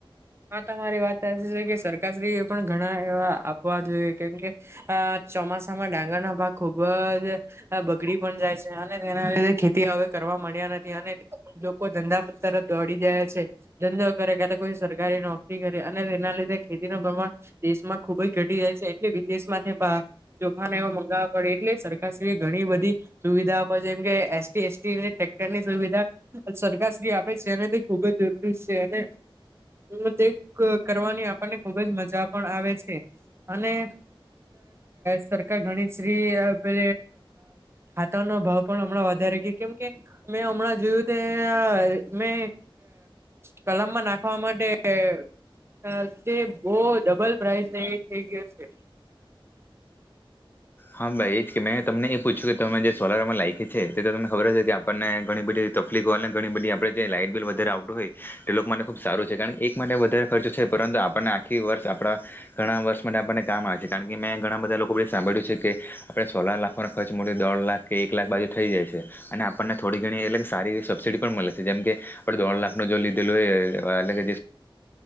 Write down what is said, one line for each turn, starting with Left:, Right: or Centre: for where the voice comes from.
Right: હા તમારી વાત સાચી છે કે સરકારશ્રીએ પણ ઘણા એવા આપવા જોઈએ કેમકે અ ચોમાસામાં ડાંગરના ભાગ ખુબ જ બગડી પણ જાય છે અને તેના લીધે ખેતી હવે કર વા મળ્યા નથી અને લોકો ધંધા તરફ દોડી જાયા છે ધંધો કરે કા તો કોઈ સરકાર કારી નોકરી કરે અને તેના લીધે ખેતી નું પ્રમાણ દેશમાં ખુબ જ ઘટી જાય છે એટલે વિદેશમાંથી ભા ચોખાને એવા મંગાવવા પડે એટલે સરકારશ્રી ઘણી બધી સુવિધા આપે છે જેમ કે એસટી એસટી અને ટ્રેક્ટરની સુવિધા સરકારશ્રી આપે છે અને ખુબ જ જરૂરી છે અને હ તે ક કરવાની આપણને ખુબ જ મજા પણ આવે છે અને સરકાર ગણી શ્રી પે હાથ ન ભાવ પણ હમણાં વધારે ગ કેમ કે મેં હમણાં જોયું ત મેં કલામમાં નાખવા માટે તે બહ ડબલ પ્રાઈઝ થઈ ગયો છે
Left: હા ભાઈ એજ કે મેં તમને એ પૂછ્યું કે તમે જે સોલારમાં લાયકે છે તે તો તમને ખબર હશે કે આપણને ઘણી બધી તકલીફ હો અનેને ઘણી બધી આપણે જે લાઈટ બિલ વધારે આવતું હોય તે લોકો માટે ખૂબ સારું છે કારણ કે એક માટે વધારે ખર્ચો છે પરંતુ આપણને આખી વર્ષ આપણા ઘણા વર્ષ માટે આપણને કામ આવે છે કારણ કે મેં ઘણા બધા લોકોી સાંભળ્યું છે આપણેે સોલાાર લાખનો ખર્ચ મો દોઢ લાખ કે એક લાખ બાજુ થઈ જાય છે અને આપણને થોડી ઘણી એટલે સબ મળે છે જેમ કે આપ દોઢ લાખ ન જો લીધેલુંય